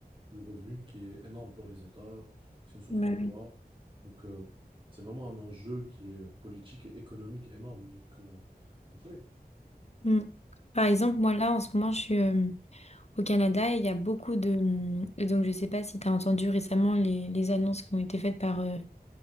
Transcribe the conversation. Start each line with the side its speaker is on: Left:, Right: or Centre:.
Right: de revenus qui est énorme pour les États, c'est une source
Left: Ouais.
Right: d'emploi. Donc euh, c'est vraiment un enjeu qui est politique et économique énorme. Donc, euh, donc oui.
Left: Mm. Par exemple, moi là, en ce moment, je suis euh, au Canada et il y a beaucoup de... hum, et donc, je sais pas si tu as entendu récemment les, les annonces qui ont été faites par euh,